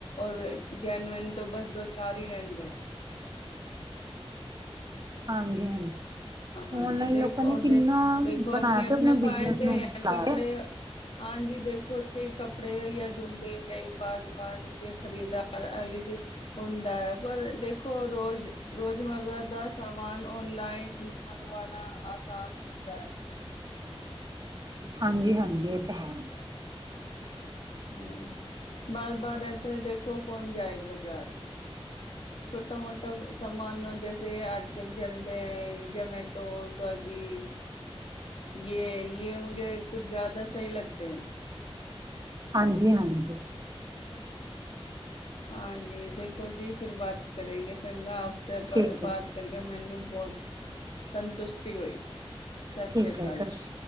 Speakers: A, on the left; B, on the right.
A: ਔਰ ਜੈਨਵਨ ਤੋਂ ਬਸ ਦੋ ਚਾਰ ਹੀ ਰਹਿੰਦੇ ਹੈ।
B: ਹਾਂਜੀ, ਹਾਂਜੀ।
A: ਹਾਂਜੀ
B: ਔਨਲਾਈਨ
A: ਦੇਖ
B: ਲੋਕਾਂ
A: ਉਹਦੇ
B: ਨੇ ਕਿੰਨਾ
A: ਦੇਖੋ ਆਪਣੇ
B: ਬਣਾਇਆ
A: ਆਪਣੇ
B: ਪਿਆ ਆਪਣਾ
A: ਫਾਇਦੇ
B: ਬਿਜਨਸ ਨੂੰ
A: ਹੈ
B: ਫੈਲਾਇਆ
A: ਕੱਪੜੇ ਹਾਂਜੀ ਦੇਖੋ ਜ ਕੱਪੜੇ ਆ ਜੂੰਦੇ ਕਈ ਵਾਰ ਦੁਕਾਨ ਦੇ ਖਰੀਦਾਰ। ਆਯੁਰਵਦ <inaudible> ਹੁੰਦਾ ਹੈ ਪਰ ਦੇਖੋ ਰੋਜ਼ ਰੋਜ਼ ਮਰਦਾ ਦਾ ਸਮਾਨ ਔਨਲਾਈਨ ਨ <unintelligible> ਮੰਗਵਾਣਾ ਆਸਾਨ ਹੁੰਦਾ ਐ
B: ਹਾਂਜੀ ਹਾਂਜੀ ਇਹ ਤ ਹੈ
A: ਹਾਂ ਬਾਰ ਬਾਰ ਐਥੇ ਦੇਖੋ ਕੌਣ ਜਾਏਗਾ ਬਜ਼ਾਰ ਛੋਟਾ ਮੋਟਾ ਸਾਮਾਨ ਜੈਸੇ ਆਜ ਕੱਲ ਚਲਦੇ ਐ ਏ ਜੋਮੈਟੋਸ ਗੀ ਯੇ ਯੇ ਮੁਝੇ ਕੁੱਛ ਜ਼ਿਆਦਾ ਸਹੀ ਲਗਤੇ ਹੈ
B: ਹਾਂਜੀ ਹਾਂਜੀ
A: ਹਾਂਜੀ ਦੇਖੋ ਜੀ ਫਿਰ ਬਾਤ ਕਰੇਗੇ ਚੰਗਾ ਆਪਸੇ ਬ
B: ਠੀਕ
A: ਬਾਤ
B: ਹੈ ਜੀ
A: ਕਰਕੇ ਮੈਨੂੰ ਬਹੁਤ ਸੰਤੁਸ਼ਟੀ ਹੋਈ ਸਸੀਆ
B: ਠੀਕ ਹੈ
A: ਕਾਲ
B: ਸਤਿ ਸ਼੍ਰੀ